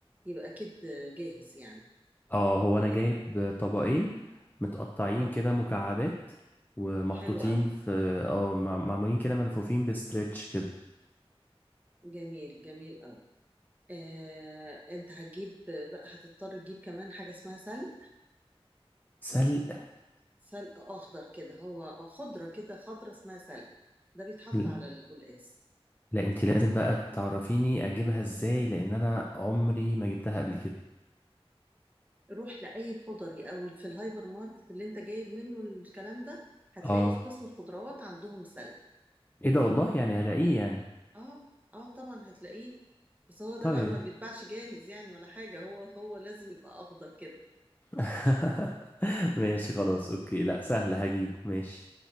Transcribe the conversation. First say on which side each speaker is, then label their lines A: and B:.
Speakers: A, on the right; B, on the left.
A: يبقى اكيد جاهز يعني
B: اه
A: و
B: هو انا جايب طبقين متقطعين
A: اه
B: كده مكعبات ومحطوطين
A: حلو قوي
B: في اه مع- معمولين كده ملفوفين بستريتش كده
A: جميل جميل قوي آه، انت هتجيب بقى هتضطر تجيب كمان حاجه اسمها سلق
B: سلق
A: سلق اخضر كده هو خضره كده خضره اسمها سلق ده بيتحط
B: ل-
A: على القلقاس
B: لا انت لازم بقى تعرفيني اجيبها ازاي لان انا عمري ما جبتها قبل كده
A: روح لأي خضري أو في الهايبر ماركت اللي أنت جايب منه الكلام ده هتلاقي
B: اه
A: في قسم الخضروات عندهم سلق
B: ايه ده والله يعني هلاقيه يعني
A: اه اه طبعا هتلاقيه بس هو ده
B: طيب
A: بقى ما بيتباعش جاهز يعني ولا حاجة هو هو لازم يبقى أخضر كده
B: <laughs> ماشي خلاص اوكي لا سهل هجيبه ماشي